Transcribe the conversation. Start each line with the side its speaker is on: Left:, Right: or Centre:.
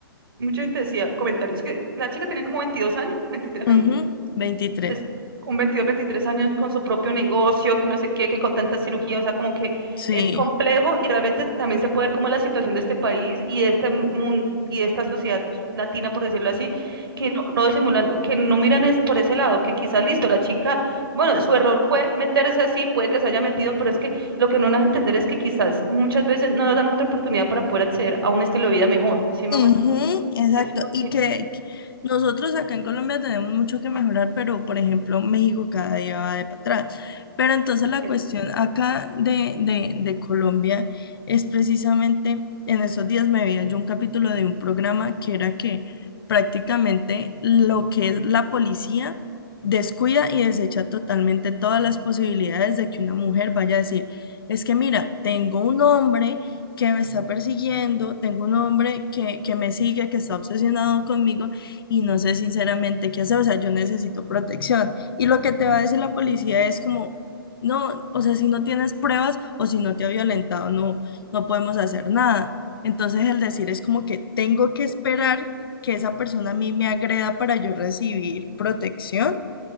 Right: mucha gente decía comentarios, que la chica tenía como 22 años, 23
Left: Ujú,
Right: años,
Left: veintitrés
Right: es- con 22, 23 años con su propio negocio, que no sé qué, que con tanta cirugía, o sea, como que
Left: Sí.
Right: es complejo y realmente también se puede ver como la situación de este país y de este mundo y de esta sociedad latina, por decirlo así, que no, no disimulan, que no miran es por ese lado, que quizás listo, la chica, bueno, su error fue meterse así, puede que se haya metido, pero es que lo que no nos entender es que quizás muchas veces no nos dan otra oportunidad para poder acceder a un estilo de vida mejor, ¿sí me
Left: Ujú,
Right: hago? Eso
Left: exacto,
Right: es lo
Left: y que que nosotros acá en Colombia tenemos mucho que mejorar, pero por ejemplo México cada día va de para atrás. Pero entonces la
Right: que...
Left: cuestión acá de, de, de Colombia es precisamente, en esos días me veía yo un capítulo de un programa que era que prácticamente lo que es la policía descuida y desecha totalmente todas las posibilidades de que una mujer vaya a decir, es que mira, tengo un hombre que me está persiguiendo, tengo un hombre que, que me sigue, que está obsesionado conmigo y no sé sinceramente qué hacer, o sea, yo necesito protección. Y lo que te va a decir la policía es como, no, o sea, si no tienes pruebas o si no te ha violentado, no, no podemos hacer nada. Entonces el decir es como que tengo que esperar que esa persona a mí me agreda para yo recibir protección